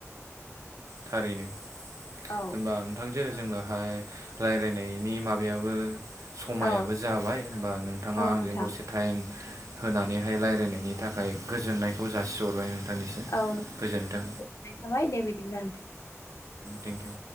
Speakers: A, on the right; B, on the left.
A: थारैनो।
B: औ
A: होनबा नोंथां दिनो जोंनाहाय रायलायनायनि माबायाबो समायाबो
B: औ
A: जाबाय होमबा नोंथांङा
B: औ
A: आंजों
B: नोंथां
A: दसे टाइम होनानैहाय रायज्लायनायनि थाखाय गोजोननायखौ जासिहरबाय। नोंथांनिसिम
B: औ गोजनाय
A: गोजोन्थों
B: थाबाय दे बिदिब्ला।
A: Thank you